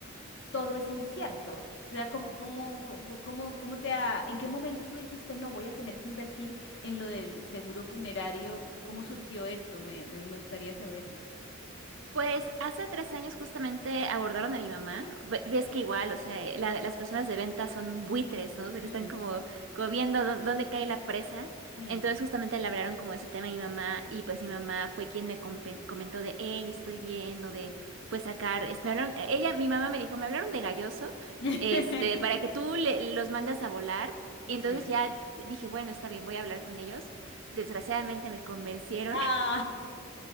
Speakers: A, on the left (about 55°); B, on the right (about 65°).
A: todo es incierto? O sea, ¿cómo, cómo, cómo, cómo- cómo te ha- en qué momento tú dijiste, no, voy a tener que invertir en lo del seguro funerario? ¿Cómo surgió esto? Me, me, me gustaría saber, Viri.
B: Pues hace tres años justamente abordaron a mi mamá. Ve- Ves que igual, o sea, la- las personas de venta son buitres, ¿no? O sea,
A: Mm,
B: que están como, como viendo dó- dónde cae la presa.
A: mm.
B: Entonces justamente le hablaron como de ese tema a mi mamá y pues mi mamá fue quien me compen- comentó de, ella estoy viendo, de pues sacar, es- me hablaron, e-, ella, mi mamá me dijo, me hablaron de Galloso,
A: <laughs>
B: este, para que tú le- los mandes a volar. Y entonces
A: Sí.
B: ya dije, bueno, está bien, voy a hablar con ellos. Desgraciadamente me convencieron.
A: Ah.